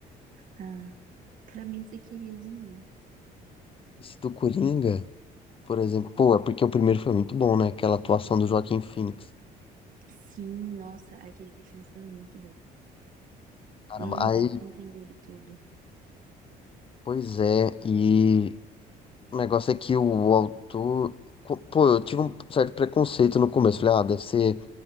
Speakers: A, on the right; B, on the left.
A: Ah, claramente você queria de novo.
B: Esse do Coringa. Por exemplo, pô, é porque o primeiro foi muito bom, né? Aquela atuação do Joaquim Phoenix.
A: Sim, nossa, aquele filme foi muito bom.
B: Caramba,
A: Não
B: aí,
A: dá pra entender ele todo.
B: pois é, e o negócio é que o autor. co- Pô, eu tive um certo preconceito no começo. Falei, ah, deve ser